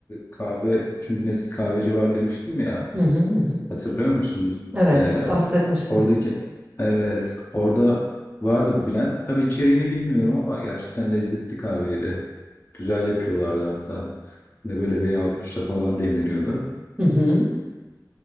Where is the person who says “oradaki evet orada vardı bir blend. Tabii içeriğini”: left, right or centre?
Left